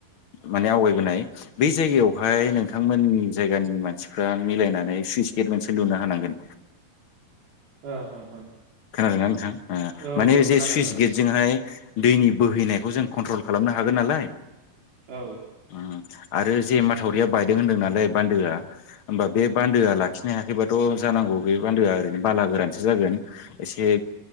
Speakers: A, on the left; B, on the right.
A: माने आवगायबोनाय बे जायगायावहाय नोंथांमोननि जायगानि मानसिफोरा मिलायनानै सुइस गेट मोनसे लुना होनांगोन।
B: हो हो
A: खोनादोंना नोंथां ओ
B: औ
A: माने
B: औ
A: एसे
B: खोनादों
A: सुइस
B: खोनादों
A: गेटजोंहाय दैनि बोहैनायखौ जों कन्ट्रल खालामनो हागोन नालाय
B: औ
A: उम आरो जे माथावरिया बायदों होनदों नालाय बान्दोआ होमबा बे बान्दोआ लाखिनो हायाखैबा अ जानांगौ बे बान्दोआ ओरैनो बाला गोरानसो जागोन। एसे